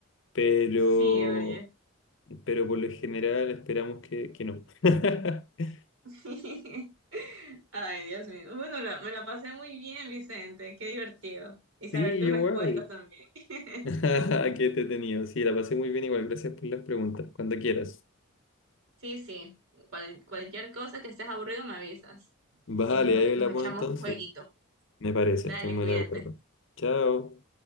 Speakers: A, on the left; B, on the right.
A: Pero
B: Sí, oye.
A: pero por lo general esperamos que, que no. <laughs>
B: <laughs> Ay, Dios mío. Bueno, la- me la pasé muy bien, Vicente. Qué divertido. Y saber
A: Sí, igual.
B: tus respuestas también. <laughs>
A: <laughs> Qué entretenido. Sí, la pasé muy bien igual. Gracias por las preguntas. Cuando quieras.
B: Sí, sí. Cual- cualquier cosa que estés aburrido, me avisas.
A: Vale,
B: Y nos,
A: ahí
B: nos
A: la
B: echamos
A: pongo entonces.
B: un jueguito.
A: Me parece,
B: Dale,
A: estoy muy
B: cuídate.
A: de acuerdo. Chao.